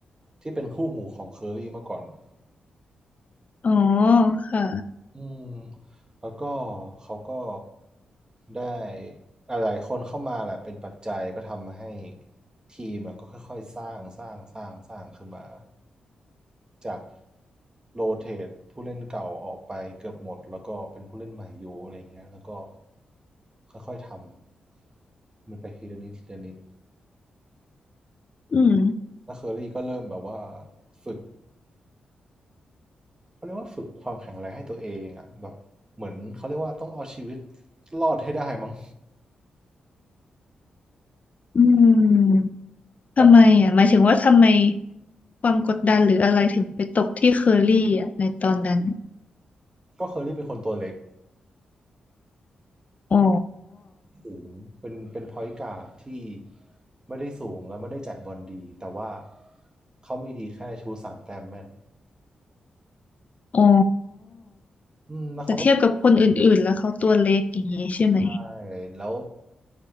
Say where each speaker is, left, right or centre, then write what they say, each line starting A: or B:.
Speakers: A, on the right; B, on the left.
A: ที่เป็นคู่หูของเคอรรี่เมื่อก่อนอะ
B: อ๋อค่ะ
A: อืมแล้วก็เขาก็ได้หลายๆคนเข้ามาแหละเป็นปัจจัยก็ทำให้ทีมอะก็ค่อยๆสร้างสร้างสร้างสร้างขึ้นมาจากโรเตทผู้เล่นเก่าออกไปเกือบหมดแล้วก็เป็นผู้เล่นใหม่อยู่อะไรอย่างเงี้ยแล้วก็ค่อยๆทำมันไปทีละนิดทีละนิด
B: อืม
A: แล้วเคอรี่ก็เริ่มแบบว่าฝึกเขาเรียกว่าฝึกความแข็งแรงให้ตัวเองอะแบบเหมือนเขาเรียกว่าต้องเอาชีวิตรอดให้ได้มั้ง
B: อืม
A: แบบ
B: ทำไมอ่ะหมายถึงว่าทำไมความกดดันหรืออะไรถึงไปตกที่เคอรี่อ่ะในตอนนั้น
A: ก็เคอรรี่เป็นคนตัวเล็ก
B: อ๋อ
A: สูงเป็นเป็นพอยต์การ์ดที่ไม่ได้สูงแล้วไม่ได้จ่ายบอลดีแต่ว่าเขามีดีแค่ชูสามแต้มแม่น
B: อ๋อ
A: อืมแล้วเขาก็
B: แต่เทียบกับคนอื่นๆแล้วเขาตัวเล็กอย่างนี้ใช่ไหม
A: ได้แล้ว